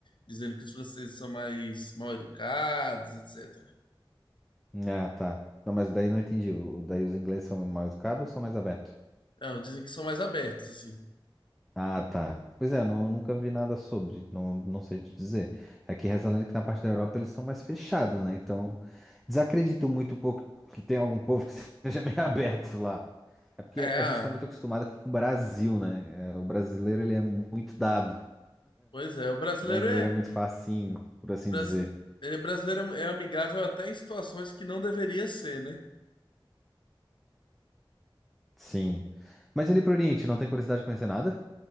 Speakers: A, on the left; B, in the centre.
A: Dizendo que os franceses são mais mal educados, etc.
B: Ah, tá. Não, mas daí eu não entendi. O- Daí os ingleses são mais educados ou são mais abertos?
A: Não, dizem que são mais abertos, assim.
B: Ah, tá. Pois é, não, nunca vi nada sobre, não, não sei te dizer. Aqui reza a lenda que na parte da Europa eles são mais fechados, né? Então, desacredito muito um pouco que tem algum povo que <laughs> seja meio aberto lá. É porque
A: É,
B: a gente
A: ah,
B: tá muito acostumado aqui com o Brasil, né? É, O brasileiro, ele é muito dado.
A: pois é, o brasileiro
B: O brasileiro
A: é.
B: é muito facinho, por assim
A: Bras...
B: dizer.
A: Ele é brasileiro é amigável até em situações que não deveria ser, né?
B: Sim. Mas ele pro Oriente, não tem curiosidade de conhecer nada?